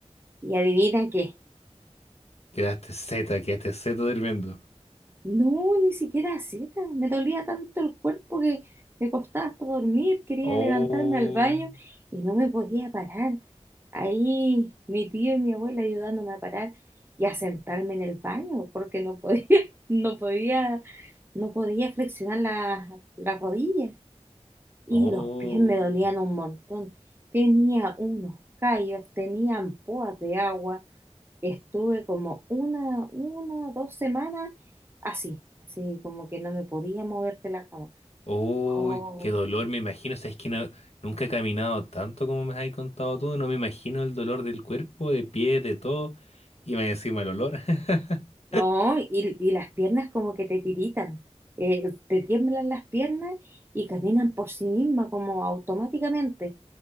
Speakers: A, on the right; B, on the left.
A: Y adivina qué.
B: Quedaste zeta, quedaste zeta durmiendo.
A: No, ni siquiera Z. Me dolía tanto el cuerpo que me costaba hasta dormir. Quería
B: Oh,
A: levantarme al baño y no me podía parar. Ahí mi tío y mi abuela ayudándome a parar y a sentarme en el baño porque no podía, <laughs> no podía, no podía flexionar la, la rodilla. Y
B: oh.
A: los pies me dolían un montón. Tenía unos callos, tenía ampoas de agua. Estuve como una, una, dos semanas así, así como que no me podía mover de la cama.
B: Uy,
A: Oh,
B: qué dolor, me imagino. Sabes que no, nunca he caminado tanto como me has contado tú. No me imagino el dolor del cuerpo, de pie, de todo. Y me encima el olor. <laughs>
A: no, y, y las piernas como que te tiritan, eh, te tiemblan las piernas y caminan por sí mismas como automáticamente,